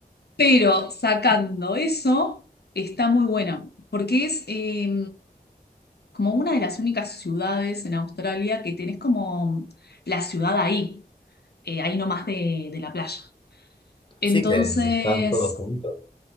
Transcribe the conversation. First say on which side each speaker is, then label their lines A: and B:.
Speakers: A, on the left; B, on the left.
A: pero sacando eso, está muy buena, porque es eh, como una de las únicas ciudades en Australia que tenés como la ciudad ahí, eh, ahí nomás de, de la playa. Entonces,
B: Sí que están todos juntos.